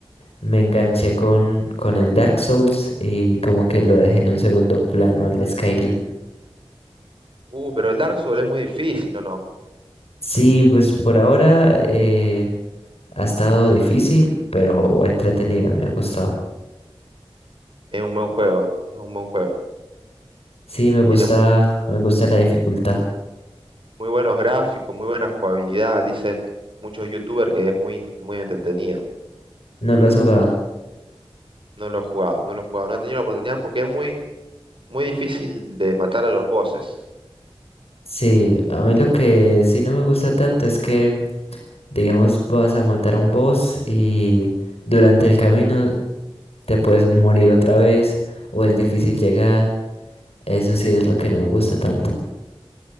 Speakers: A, on the left; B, on the right.
A: me enganché con, con el Dark Souls y como que lo dejé en un segundo plano al Skyrim.
B: Uh, pero el Dark Souls es muy difícil, ¿o no?
A: Sí, pues por ahora eh, ha estado difícil, pero entretenido, me ha gustado.
B: Es un buen juego, es un buen juego.
A: Sí, me gusta,
B: Tiene muy,
A: me gusta la dificultad.
B: muy buenos gráficos, muy buena jugabilidad. Dicen muchos youtubers que es muy, muy entretenido.
A: ¿No lo has jugado?
B: No lo he jugado, no lo he jugado, no he tenido la oportunidad porque es muy, muy difícil de matar a los bosses.
A: Sí, a mí lo que sí no me gusta tanto es que, digamos, vas a matar a un boss y durante el camino te puedes morir otra vez o es difícil llegar. Eso sí es lo que no me gusta tanto.